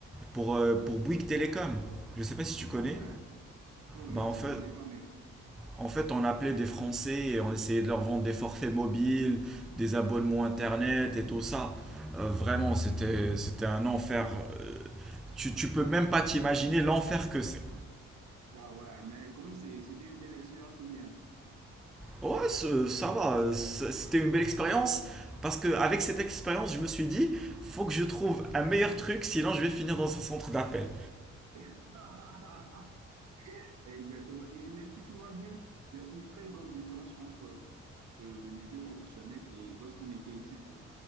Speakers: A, in the centre; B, on the right.
A: pour, euh, pour Bouygues Télécom. Je sais pas si tu connais.
B: Ah ouais? Non,
A: Bah,
B: je,
A: en
B: je
A: fait,
B: connais pas, mais
A: en fait, on appelait des Français et on essayait de leur vendre des forfaits mobiles, des abonnements internet
B: d'accord.
A: et tout ça. Euh, vraiment,
B: Mhm.
A: c'était, c'était un enfer. Euh, tu, tu peux même pas t'imaginer l'enfer que c'est.
B: Ah ouais, mais quand même, c'est- c'était une belle expérience ou bien?
A: Ouais, ce- ça va. ça- C'était une belle expérience. Parce que avec cette expérience, je me suis dit, faut que je trouve un meilleur truc, sinon je vais finir dans un centre d'appel.
B: <laughs> Exactement. Et mais si tu vois bien, il y a une très grande différence entre le, le milieu professionnel et lorsqu'on était étudiant.